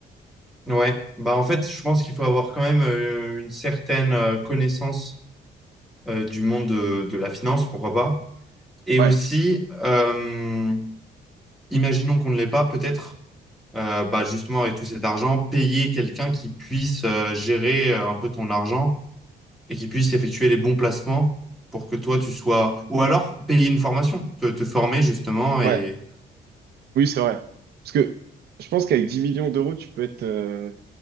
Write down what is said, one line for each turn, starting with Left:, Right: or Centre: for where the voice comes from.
Centre: ouais. Bah, en fait, je pense qu'il faut avoir quand même euh, une certaine euh, connaissance euh, du monde de, de la finance, pourquoi pas. Et
Right: Ouais,
Centre: aussi, euh, imaginons qu'on ne l'ait pas, peut-être, euh, bah, justement, avec tout cet argent, payer quelqu'un qui puisse euh, gérer euh, un peu ton argent et qui puisse effectuer les bons placements pour que toi, tu sois... Ou alors, payer une formation, te, te former, justement. Et...
Right: ouais, oui, c'est vrai. Parce que je pense qu'avec 10 millions d'euros, tu peux être, euh,